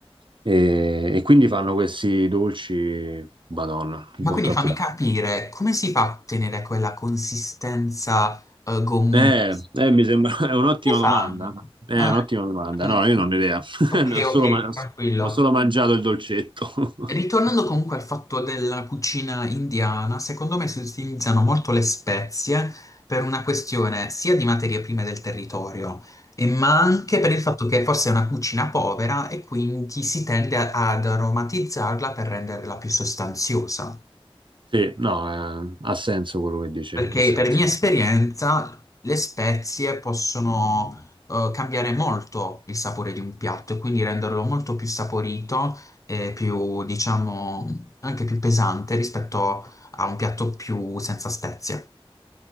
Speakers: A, on the right; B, on the left.
A: E, e quindi fanno questi dolci, Madonna, un
B: Ma
A: po'
B: quindi
A: troppo.
B: fammi capire, come si fa a ottenere quella consistenza eh, gommosa?
A: Eh, eh, mi sembra, <laughs> è un'ottima
B: Come
A: domanda.
B: fanno?
A: È
B: Ah,
A: un'ottima domanda.
B: mm,
A: No, io non ho idea. <laughs>
B: ok,
A: Ne Ho solo,
B: ok,
A: ma-
B: tranquillo.
A: ho solo mangiato il dolcetto. <laughs>
B: Ritornando comunque al fatto della cucina indiana, secondo me si utilizzano molto le spezie per una questione sia di materie prime del territorio, e ma anche per il fatto che forse è una cucina povera e quindi si tende a- ad aromatizzarla per renderla più sostanziosa.
A: Sì, no, eh, ha senso quello che dici,
B: Perché
A: ha senso.
B: per mia esperienza le spezie possono eh, cambiare molto il sapore di un piatto e quindi renderlo molto più saporito e più, diciamo, anche più pesante rispetto a un piatto più senza spezie.